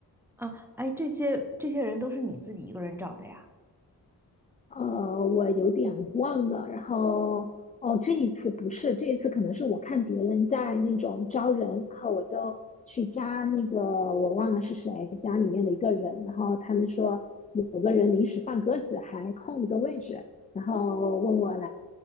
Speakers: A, in the centre; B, on the left (about 20°).
A: 啊，哎，这些这些人都是你自己一个人找的呀？
B: 呃，我有点忘了。然后，哦，这一次不是，这一次可能是我看别人在那种招人，然后我就去加那个我忘了是谁，加里面的一个人，然后他们说有个人临时放鸽子，还空一个位置，然后问我来，